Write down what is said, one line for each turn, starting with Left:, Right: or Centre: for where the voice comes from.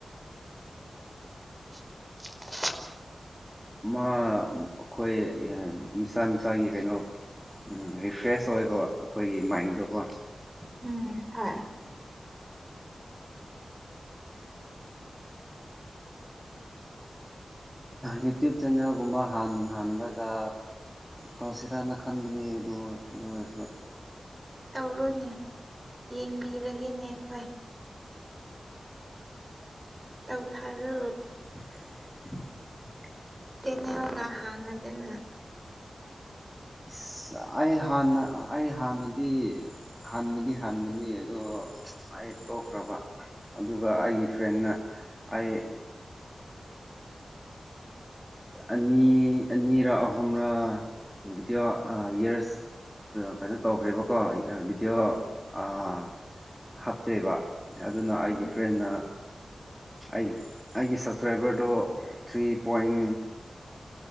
Right: <unintelligible>
Centre: ꯑꯩꯈꯣꯏ ꯃꯤꯁꯥ ꯃꯤꯁꯥꯒꯤ ꯀꯩꯅꯣ ꯎ ꯔꯤꯐ꯭ꯔꯦꯁ ꯇꯧꯋꯦꯀꯣ ꯑꯩꯈꯣꯏꯒꯤ ꯃꯥꯏꯟꯗꯣꯀꯣ
Right: ꯎꯝ ꯍꯥꯏ
Centre: ꯌꯨꯇꯌꯨꯕ ꯆꯅꯦꯒꯨꯝꯃ ꯍꯥꯟ ꯍꯥꯟꯗꯒ ꯇꯧꯁꯤꯔꯅ ꯈꯟꯕꯅꯤ ꯑꯗꯨ ꯑꯗꯨ ꯑꯣꯏꯔꯁꯨ
Right: ꯇꯧꯔꯨꯅꯦ ꯌꯦꯡꯕꯤꯔꯒꯦꯅꯦ ꯑꯩꯈꯣꯏ ꯇꯪ ꯊꯥꯏꯅ
Centre: <inaudible>
Right: ꯁꯤꯩꯅ ꯍꯥꯡꯉꯗꯅ
Centre: ꯏꯁ ꯑꯩ ꯍꯥꯟꯅ ꯑꯩ ꯍꯥꯟꯅꯗꯤ ꯍꯥꯟꯕꯗꯤ ꯍꯥꯟꯕꯅꯤ ꯑꯗꯣ ꯑꯩ ꯇꯣꯛꯈ꯭ꯔꯕ ꯑꯗꯨꯒ ꯑꯩꯒꯤ ꯐ꯭ꯔꯦꯟꯅ ꯑꯩ ꯑꯅꯤ ꯑꯅꯤꯔ ꯑꯍꯨꯝꯔ ꯚꯕꯤꯗꯤꯑꯣ ꯏꯔꯁ ꯀꯩꯅꯣ ꯇꯧꯈ꯭ꯔꯦꯕꯀꯣ ꯕꯤꯗꯤꯌꯑꯣ
Right: ꯑꯧ
Centre: ꯍꯥꯞꯇꯦꯕ ꯑꯗꯨꯅ ꯑꯩꯒꯤ
Right: ꯎꯝ
Centre: ꯐ꯭ꯔꯦꯟꯅ ꯑꯩ ꯑꯩꯒꯤ ꯁꯕꯁꯀ꯭ꯔꯥꯏꯕꯔꯗꯣ ꯊ꯭ꯔꯤ ꯄꯣꯏꯟ